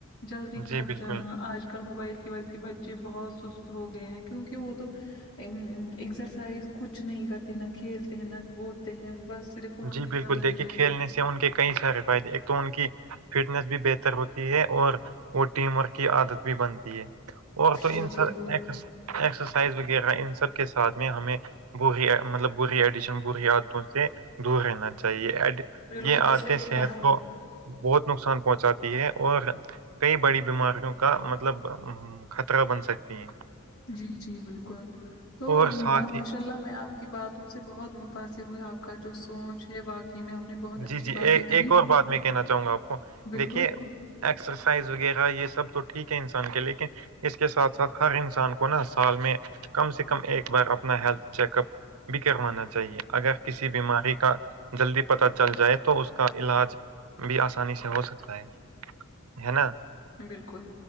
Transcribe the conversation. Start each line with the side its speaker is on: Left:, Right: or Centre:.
Left: جلدی
Right: جی
Left: تھک
Right: بالکل
Left: جانا آج کل موبائل کی وجہ سے بچے بہت سست ہو گئے ہیں کیونکہ وہ تو ا ایکسرسائز کچھ نہیں کرتے نہ کھیلتے ہیں نہ بولتے ہیں بس صرف فون
Right: جی
Left: کے
Right: بالکل
Left: ساتھ لگے
Right: دیکھیے
Left: رہتے
Right: کھیلنے
Left: ہیں
Right: سے ان کے کئی سارے فائدے تو ان کی فٹنیس بھی بہتر ہوتی ہے اور وہ ٹیم ورک کی عادت بھی بنتی ہے اور تو
Left: بالکل
Right: ان سب ایک اسرسائز وغیرہ ان سب کے ساتھ میں ہمیں بے مطلب برے ایڈیشن برے عادتوں سے دور رہنا چاہیے ایڈ
Left: بالکل
Right: یہ آتےیں
Left: صحیح
Right: صحت
Left: کہا
Right: کو بہت نقصان پہنچاتی ہے اور کئی بڑی بیماریوں کا مطلب خطرہ بن سکتی ہیں
Left: جی جی بالکل تو
Right: اور ساتھ
Left: ماشاء
Right: ہی
Left: اللہ میں آپ کی باتوں سے بہت متاثر ہوئی آپ کا جو سوچ ہے واقعی میں نے بہت اچھی
Right: جی جی
Left: باتیں
Right: ایک
Left: کہی
Right: ایک اور بات میں کہنا چاہوں گا آپ کو
Left: بالکل
Right: دیکھیے ایکسرسائز وغیرہ یہ سب تو ٹھیک ہے انسان کے لیکن اس کے ساتھ ساتھ ہر انسان کو نا سال میں کم سے کم ایک بار اپنا ہیلتھ چیک اپ بھی کروانا چاہیے اگر کسی بیماری کا جلدی پت چل جائے تو اس کا علاج بھی آسانی سے ہو سکتا ہے ہے نا
Left: بالکل